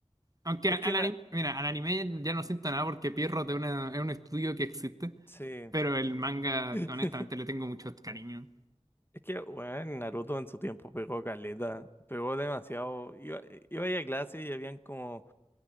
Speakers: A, on the right; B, on the left.
A: Aunque al,
B: Es que,
A: al
B: na-
A: anime, mira, al anime ya no siento nada porque Pierrot es, una- es un estudio que existe,
B: sí.
A: pero el manga,
B: <laughs>
A: honestamente, le tengo mucho cariño.
B: Es que, bueno, Naruto en su tiempo pegó caleta, pegó demasiado. Iba, iba ahí a clase y habían como